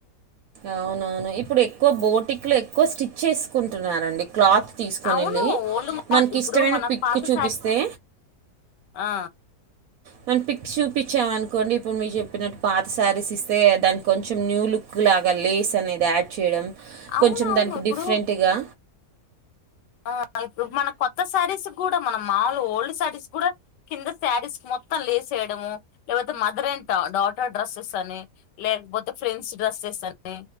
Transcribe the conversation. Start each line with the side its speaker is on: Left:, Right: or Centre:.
Right: అవునవును ఇప్పుడు ఎక్కువ బోటిక్లు ఎక్కువ స్టిచ్ చేసుకుంటున్నారండి క్లాత్ తీసుకొని
Left: అవును
Right: వెళ్ళి
Left: ఓల్డ్ మా
Right: మనకి
Left: ఇప్పుడు
Right: ఇష్టమైన
Left: మన
Right: పిక్
Left: పాత
Right: చూపిస్తే
Left: శారి ఆ
Right: మన పిక్ చూపిచ్చాం అనుకోండి ఇప్పుడు మీరు చెప్పినట్టు పాత శారీస్ ఇస్తే దానికి కొంచెం న్యూ లుక్ లాగా లేస్ అనేది యాడ్ చేయడం
Left: అవును
Right: కొంచెం
Left: అవును
Right: దానికి
Left: ఇప్పుడు
Right: డిఫ్రెంట్గా
Left: ఆ ఇప్పుడు మన కొత్త శారీస్ కూడా మనం మావూలు గోల్డ్ శారీస్ కూడా కింద శారీస్ కు మొత్తం లేస్ ఏయడము లేకపోతే మదర్ అండ్ డాటర్ డ్రెస్సెస్ అని లేకపోతే ఫ్రెండ్స్ డ్రెస్సెస్ అని